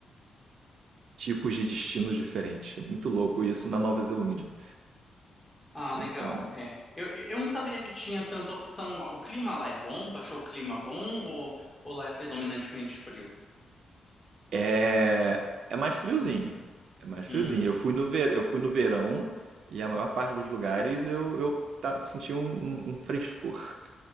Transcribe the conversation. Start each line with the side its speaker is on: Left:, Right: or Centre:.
Right: tipos de destinos diferentes. É muito louco isso na Nova Zelândia.
Left: Ah,
Right: Então,
Left: legal. É, eu, eu não sabia que tinha tanta opção lá. O clima lá é bom? Tu achou o clima bom ou, ou lá é predominantemente frio?
Right: é, é mais friozinho. É mais friozinho.
Left: Hum.
Right: Eu fui no, ver, eu fui no verão e a maior parte dos lugares eu, eu tá, senti um, um- um frescor.